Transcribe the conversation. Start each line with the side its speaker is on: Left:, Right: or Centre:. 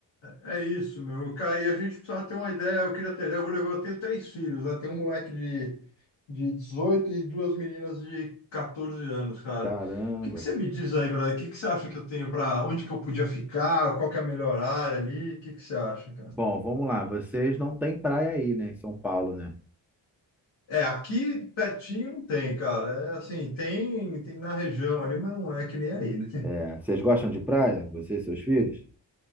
Left: É isso, meu. Cara, e a gente precisava ter uma ideia. Eu queria ter ideia. Eu vou levar. Eu tenho três filhos, né? Tem um moleque de, de 18 e duas meninas de 14 anos, cara.
Centre: Caramba.
Left: O que que você me diz aí, brother? O que que você acha que eu tenho para onde que eu podia ficar? Qual que é a melhor área ali? O que que você acha, cara?
Centre: Bom, vamos lá. Vocês não têm praia aí, né, em São Paulo, né?
Left: É, aqui pertinho não tem, cara. É assim, tem, tem na região ali, mas não é que nem aí, né? <laughs>
Centre: É. É. Vocês gostam de praia? Você e seus filhos?